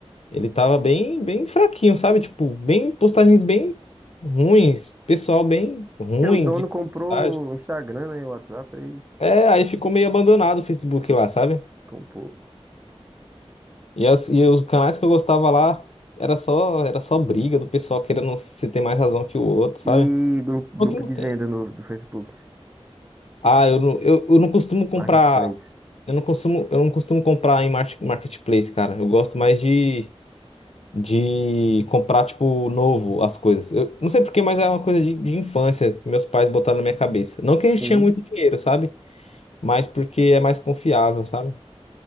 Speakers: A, on the left; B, on the right.
A: ele tava bem, bem fraquinho, sabe? Tipo, bem postagens bem ruins, pessoal bem ruim
B: Porque o dono
A: de
B: comprou
A: postagem.
B: o Instagram, né, e o WhatsApp, aí
A: É, aí ficou meio abandonado o Facebook lá, sabe?
B: comprou,
A: E, as- e os canais que eu gostava lá era só, era só briga do pessoal querendo se ter mais razão que o outro, sabe?
B: E grupo,
A: O
B: grupo
A: que não
B: de
A: tem.
B: venda no, do Facebook,
A: Ah, eu não, eu, eu não costumo
B: Marketplace.
A: comprar. Eu não costumo, eu não costumo comprar em mar- marketplace, cara. Eu gosto mais de de comprar, tipo, novo as coisas. Eu não sei por quê, mas é uma coisa de, de infância que meus pais botaram na minha cabeça. Não que
B: Sim,
A: a gente tinha muito dinheiro, sabe? Mas porque é mais confiável, sabe?